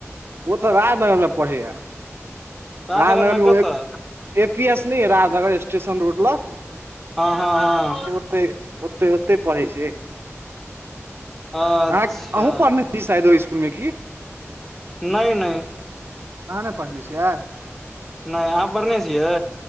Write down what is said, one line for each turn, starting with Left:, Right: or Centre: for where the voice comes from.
Right: ओ तऽ राजनगर में पढ़य
Centre: राजनगर
Right: राजनगरमे
Centre: मे कतऽ
Right: ए पी एस नइ राजनगर स्टेशन रोड ल
Centre: हँ हँ हँ
Right: तय ओते ओते पढ़ै छै
Centre: अच्छा
Right: अ अहूँ पढ़ने छी शायद ओहि इसकुल मे की
Centre: नई नई
Right: अहाँ नई पढ़ने छियै
Centre: नई अहाँ पढ़ने छियै